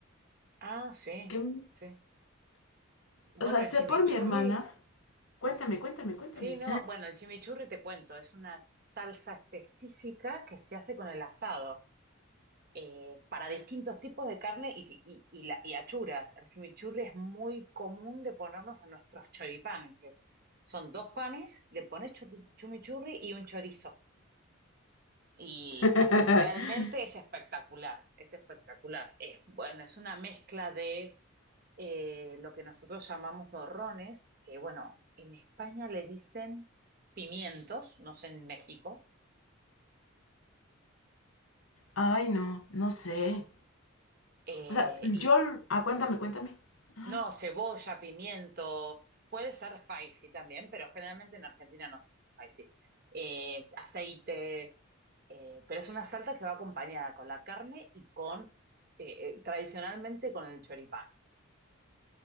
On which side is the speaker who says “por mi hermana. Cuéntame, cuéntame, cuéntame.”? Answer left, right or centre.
Left